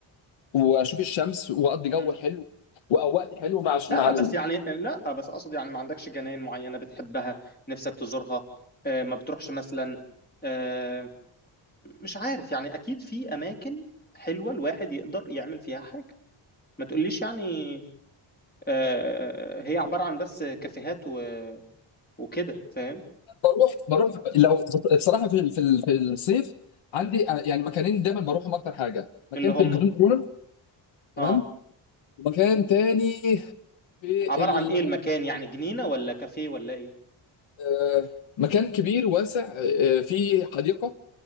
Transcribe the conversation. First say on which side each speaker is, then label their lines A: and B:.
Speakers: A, on the left; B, on the left.
A: واشوف الشمس واقضي جو
B: مم.
A: حلو واوقات حلو مع
B: لا
A: مع
B: بس يعني لا بس اقصد يعني ما عندكش جناين معينه بتحبها نفسك تزورها آه، ما بتروحش مثلا آه، مش عارف يعني اكيد في اماكن حلوه الواحد يقدر يعمل فيها حاجه ما تقوليش يعني آه، هي عباره عن بس كافيهات و- وكده فاهم
A: بروح بروح لو بصراحه في في في الصيف عندي آه، يعني مكانين دايما بروحهم اكتر حاجه مكان
B: اللي هم
A: في الجزيره كورنر تمام
B: اه
A: ومكان تاني في
B: عبارة
A: ال
B: عن ايه المكان يعني جنينة ولا كافيه ولا ايه
A: آه، مكان كبير واسع آه، فيه حديقه